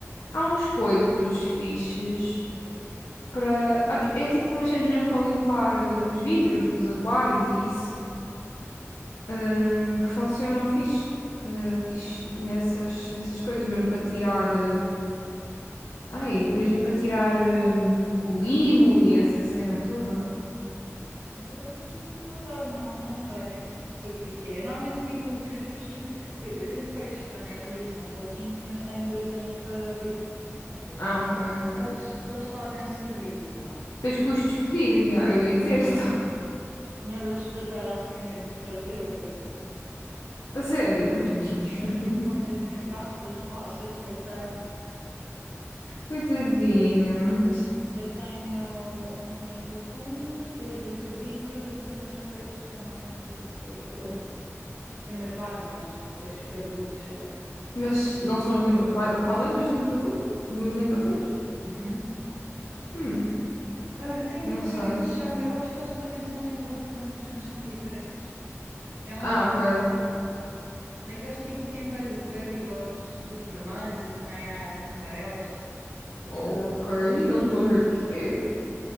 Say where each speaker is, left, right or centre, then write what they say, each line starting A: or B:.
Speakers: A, on the left; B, on the right.
A: Há uns coisos
B: ah,
A: fixes
B: fiquei-
A: para. há ti- É tipo umas cenas mesmo para limpar eh, os vidros dos aquários e isso, hum, que funcionam fixe, eh, fixe nessas, nessas coisas, mesmo para tirar. eh, Ai, mesmo para tirar hum, o limo e essa cena toda?
B: Por acaso tens que me mandar, não, não sei, não sei o que é que é. Eu normalmente tiro, tiro os peixinhos. Eu, eu tenho peixes também ali, são pouquinhos, mas tenho dois limpa-vidros. Dois
A: Ah,
B: pe-
A: ok, ok.
B: Se eles, se eles fazem o serviço, não.
A: Tens que os despedir, já, eu ia dizer, <laughs> então.
B: Hum. Eu vou-te explicar, eles têm medo de tartarugas.
A: A sério, coitadinhos.
B: Eles
A: <laughs>
B: escondem-se embaixo das rochas que eu tenho.
A: Coitadinhos.
B: Eu tenho um limpa-fundos, dois limpa-vidros e tenho uns peixes que eu não sei muito bem o que é aquilo. <laughs> que Tem umas barbas, peixes barbudos, sei lá.
A: Mas não são os limpa... Para para além dos limpa-fu... dos limpa-fundos?
B: Uhum.
A: Hum,
B: Ah, tenho
A: não
B: que ver como
A: sei.
B: é que eles se chamam. Eu acho que eles também são limpa-fundos, mas são diferentes. É um
A: Ah,
B: limpa-fundos,
A: ok.
B: um... daqueles tipo que têm bué bué bigodes, são tipo vermelhos e também há amarelos.
A: Ok, não estou a ver o que é.